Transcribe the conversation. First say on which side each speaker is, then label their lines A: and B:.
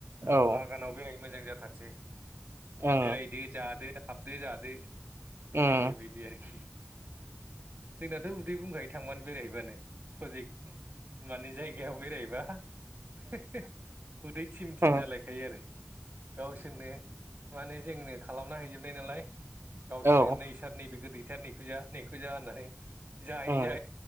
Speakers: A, on the right; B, on the right.
A: ओं
B: बागानाव बेरायनो मोजां जा थादसै
A: ओम
B: बेरायदो जादो हाबदो जादो
A: ओम
B: बेबायदि आरोखि। जोंनाथ' उदै बुंखायो थांबानो बेरायहैबानो। प्रजेक्ट माने जायगायाव बेरायहैबा उदै थिम थिम
A: ओ
B: जालायखायो आरो गावसोरनो माने जोंनो खालामना हैजोबनाय नालाय। गावसोरनो
A: ओ औ
B: नैसार नैबे गोदै सार नै इखौ जा नै इखौ जा होननानै जायै
A: ओम
B: जायै